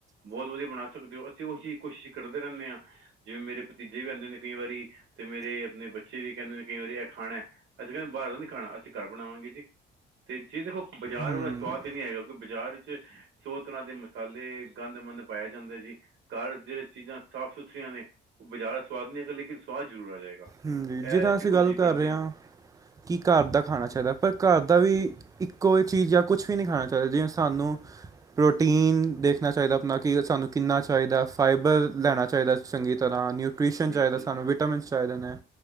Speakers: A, on the right; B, on the right.
A: ਬਹੁਤ ਵਧੀਆ ਬਣਾ ਸਕਦੇ ਹੋ, ਅਸੀਂ ਉਹ ਚੀਜ ਕੋਸ਼ਿਸ਼ ਕਰਦੇ ਰਹਿੰਦੇ ਹਾਂ, ਜਿਵੇਂ ਮੇਰੇ ਭਤੀਜੇ ਵੀ ਆਉਂਦੇ ਨੇ ਕਈ ਵਾਰੀ, ਤੇ ਮੇਰੇ ਆਪਣੇ ਬੱਚੇ ਜੇੲ ਇਹ ਕਹਿੰਦੇ ਨੇ ਕਈ ਵਾਰੀ ਇਹ ਖਾਣਾ, ਅਸੀਂ ਕਹਿੰਦੇ ਬਾਹਰ ਦਾ ਨਹੀਂ ਖਾਣਾ, ਅਸੀਂ ਘਰ ਬਣਾਵਾਂਗੇ ਜੀ ਤੇ ਜਿਹਦੇ ਬਾਜ਼ਾਰ
B: ਹੂੰ
A: ਉਹਦਾ ਸਵਾਦ ਤੇ ਨੀ ਹੈਗਾ, ਕਿਉਂਕਿ ਬਾਜ਼ਾਰ ਚ ਸੌ ਤਰ੍ਹਾਂ ਦੇ ਮਸਾਲੇ, ਗੰਦਮੰਦ ਪਾਇਆ ਜਾਂਦਾ ਜੀ, ਘਰ ਜਿਹੜੇ ਚੀਜ਼ਾਂ ਸਾਫ਼ ਸੁਥਰੀਆਂ ਨੇ, ਉਹ ਬਜ਼ਿਆਾਰਾ ਸਵਾਦ ਨਹੀਂ ਹੈਗਾ ਲੇਕਿਨ ਸਵਾਦ ਜ਼ਰੂਰ ਆ ਜਾਏਗਾ।
B: ਹਜੀ
A: ਇਹ
B: ਜਿੱਦਾਂ ਅਸੀਂ
A: ਕੋਸ਼ਿਸ਼
B: ਗੱਲ ਕਰ
A: ਕਰਦੇ
B: ਰਹੇ ਆਂ,
A: ਹਾਂ
B: ਕਿ ਘਰ ਦਾ ਖਾਣਾ ਚਾਹੀਦਾ ਪਰ ਘਰ ਦਾ ਵੀ। ਇੱਕੋ ਹੀ ਚੀਜ਼ ਜਾਂ, ਕੁਛ ਵੀ ਨਹੀਂ ਖਾਣਾ ਚਾਹੀਦਾ, ਜਿਵੇਂ ਸਾਨੂੰ। ਪ੍ਰੋਟੀਨ ਦੇਖਣਾ ਚਾਹੀਦਾ ਆਪਣਾ, ਕਿ ਸਾਨੂੰ ਕਿੰਨਾ ਚਾਹੀਦਾ ਫਾਈਬਰ ਲੈਣਾ ਚਾਹੀਦਾ। ਚੰਗੀ ਤਰ੍ਹਾਂ ਨਿਊ ਨੂਟ੍ਰਿਸ਼ਨ
A: ਬਿਲਕੁਲ
B: ਚਾਹੀਦਾ ਸਾਨੂੰ, ਵਿਟਾਮਿਨਸ ਚਾਹੀਦੇ ਨੇ,